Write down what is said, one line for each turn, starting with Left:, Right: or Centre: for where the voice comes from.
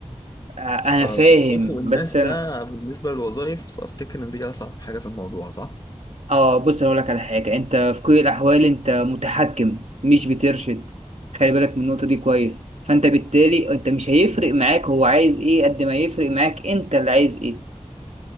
Right: آه، أنا
Left: فتكافؤ
Right: فاهم
Left: الناس
Right: بس
Left: ده
Right: أنا
Left: بالنسبة للوظائف أفتكر إن دي أصعب حاجة في الموضوع صح؟
Right: اه بص اقول لك على حاجه انت في كل الاحوال انت متحكم مش بترشد خلي بالك من النقطه دي كويس فانت بالتالي انت مش هيفرق معاك هو عايز ايه قد ما يفرق معاك انت اللي عايز ايه